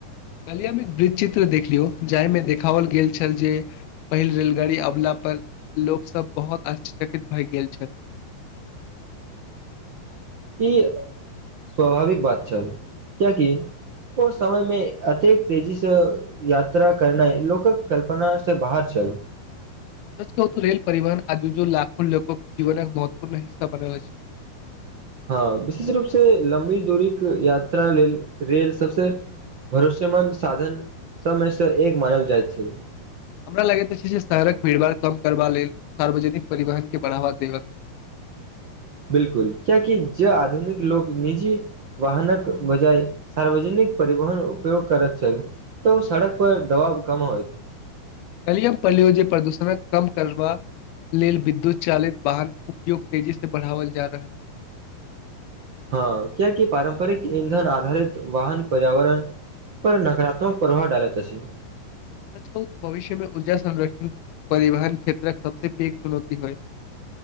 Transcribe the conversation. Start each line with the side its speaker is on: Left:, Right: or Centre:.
Left: कलियामे एक वृद्ज चित्र देख लियौ जाहिमे देखाओल गेल छल जे पहिल रेलगाड़ी अबला पर लोकसभ बहुत आशचकित भए गेल छल।
Right: ई स्वाभाविक बात छल कियकि ओ समय मे अतेक तेजी से यात्रा करनाइ लोकक कल्पना से बाहर छल।
Left: सच कहू त रेेल परिवहन आजूजू लाखो लोकक जीवनक महत्वपूर्ण हिस्सा बनल छैय।
Right: हां, विशेष रूपसे लम्बी दूरीक यात्रा लेल, रेल सबसे भरोसेमंद साधन सबमे से एक मानल जाइत छै।
Left: हमरा लगैत अछि जे शहरक भीड़भाड़ कम करबा लेल, सार्वजनिक परिवहनके बढ़ावा देबाक चाही।
Right: बिलकुल, कियाकि जं आधुनिक लोक निजी वाहनक बजाय सार्वजनिक परिवहन उपयोग करैत छथि त ओ सड़क पर दबाव कम होयत।
Left: काल्हिये हम पढ़लियै जे प्रदूषणक कम करबाक लेल विद्युत चालित वाहन उपयोग तेजी से बढ़ाओल जा रहल।
Right: हां, कियाकि पारम्परिक ईंधन आधारित वाहन पर्यावरण पर नकारात्मक प्रभाव डालैत अछि।
Left: सच कहु त भविष्यमे ऊर्जा संरक्षण परिवहन क्षेत्रक सबसं पैघ चुनौती होयत।